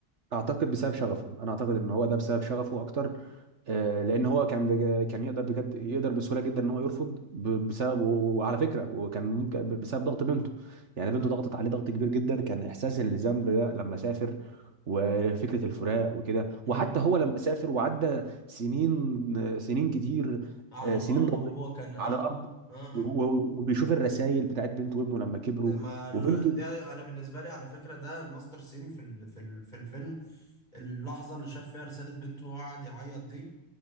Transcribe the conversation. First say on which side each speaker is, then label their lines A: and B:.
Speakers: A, on the right; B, on the left.
A: اعتقد بسبب شغفه انا اعتقد ان هو ده بسبب شغفه اكتر آه، لان هو كان بج... كان يقدر بجد يقدر بسهوله جدا ان هو يرفض ب... بسبب و... و- وعلى فكره وكان ممكن ب- بسبب ضغط بنته يعني
B: آه.
A: بنته ضغطت عليه ضغط كبير جدا كان احساس الذنب ده لما سافر وفكره الفراق وكده
B: مم.
A: وحتى هو لما سافر وعدى سنين سنين كتير
B: على
A: آه،
B: الأرض
A: سنين ضوئيه
B: وهو كان آه
A: على الارض
B: آه آه,
A: و...
B: آه.
A: و- وبيشوف الرسائل بتاعت بنته وابنه لما كبروا
B: ما ال-
A: وبنته
B: دي انا بالنسبه لي على فكره ده الماستر سين في ال- في ال- في الفيلم اللحظه اللي شاف فيها رساله بنته وقعد يعيط دي